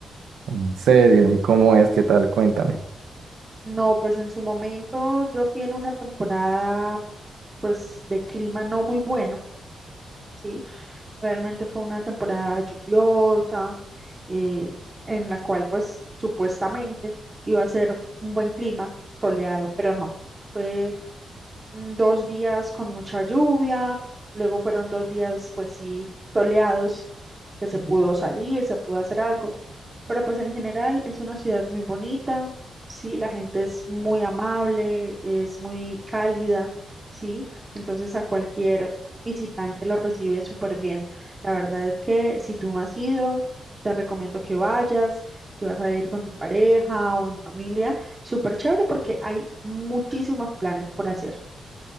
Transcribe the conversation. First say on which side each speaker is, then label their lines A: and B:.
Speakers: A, on the right (about 80°); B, on the right (about 20°).
A: En serio, ¿y cómo es? ¿Qué tal? Cuéntame.
B: No, pues en su momento yo fui en una temporada, pues de clima no muy bueno, ¿sí? Realmente fue una temporada lluviosa, eh, en la cual pues supuestamente iba a ser un buen clima soleado, pero no. Fue mm, dos días con mucha lluvia, luego fueron dos días, pues sí, soleados, que se pudo salir, se pudo hacer algo, pero pues en general es una ciudad muy bonita, sí, la gente es muy amable, es muy cálida, sí, entonces a cualquier visitante lo recibe súper bien. La verdad es que si tú no has ido, te recomiendo que vayas. Si vas a ir con tu pareja o en familia, súper chévere porque hay muchísimos planes por hacer.